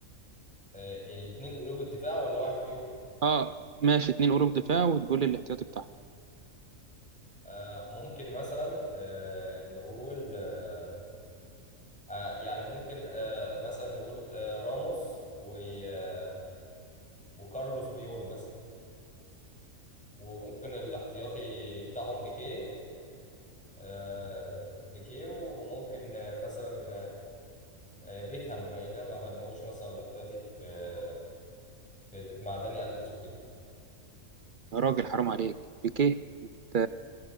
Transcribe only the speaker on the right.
اه ماشي اتنين قلوب دفاع وتقول لي الاحتياطي بتاعه
يا راجل حرام عليك بيكيه انت